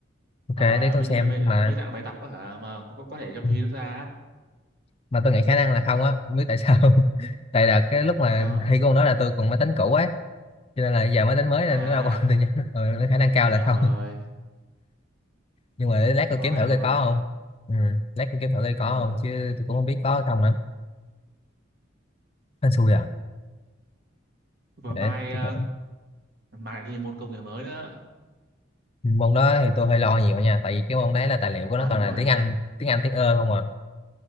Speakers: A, on the left (about 30°); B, on the right (about 50°).
A: ok
B: Ờ,
A: để tôi
B: ví
A: xem
B: dụ như là mấy
A: mà
B: mấy dạng bài tập á hả mà có, có có thể trong
A: ừ,
B: thi nó ra á.
A: mà tôi nghĩ khả năng là không á không biết tại sao <laughs> tại là cái lúc mà
B: sao
A: thi con đó là tôi còn máy tính cũ ấy cho nên là giờ máy tính mới
B: à
A: nên nó đâu còn tự nhiên <laughs> ừ, khả năng cao
B: trời
A: là
B: ơi
A: không nhưng mà để lát tôi
B: bỏ
A: kiếm
B: tay
A: thử coi
B: luôn
A: có không ừ. lát tôi kiếm thử coi có
B: Ờ.
A: không chứ tôi cũng không biết có hay không nữa hên xui à
B: Và
A: để
B: mai
A: tôi
B: ờ,
A: thử
B: mai lại thi môn công nghệ mới nữa.
A: Ừ, môn đó thì tôi hơi lo nhiều nha tại vì cái môn đấy là tài liệu của
B: À
A: nó toàn
B: đúng
A: là
B: rồi.
A: tiếng Anh tiếng Anh tiếng ơ không à